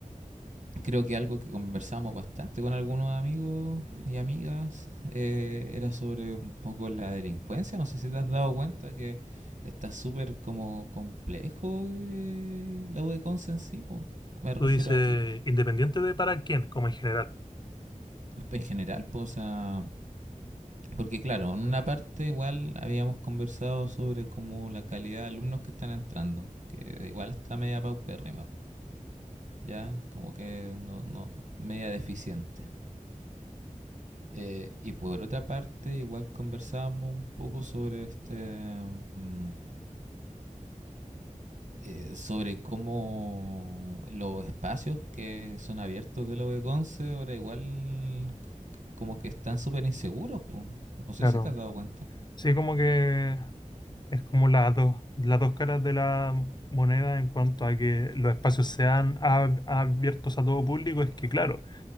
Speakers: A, on the right; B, on the left.
A: creo que algo que conversamos bastante con algunos amigos y amigas eh, era sobre un poco la delincuencia. No sé si te has dado cuenta que está súper como complejo eh, la U en sí, pues. Me refiero
B: Tú dices,
A: a que
B: independiente de para quién, como en general.
A: en general, pues, o sea, porque claro, en una parte igual habíamos conversado sobre como la calidad de alumnos que están entrando, que igual está media paupérrima, ya como que no, no media deficiente. Eh, y por otra parte, igual conversábamos un poco sobre este mm, eh, sobre cómo los espacios que son abiertos de la V11 ahora igual como que están súper inseguros, pues No sé
B: Claro.
A: si te has dado cuenta.
B: Sí, como que es como las dos, las dos caras de la moneda en cuanto a que los espacios sean ab- abiertos a todo público, es que claro.